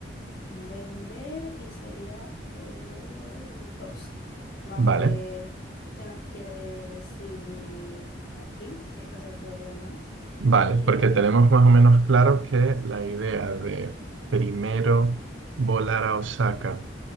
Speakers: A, on the left; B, on the right.
A: Un ver, un ver y sería volver el doce Vamos
B: Vale,
A: a ver qué nos quiere decir aquí, si esto se puede o no.
B: vale.
A: Y
B: Porque
A: em,
B: tenemos más o menos claro que la idea de primero volar a Osaka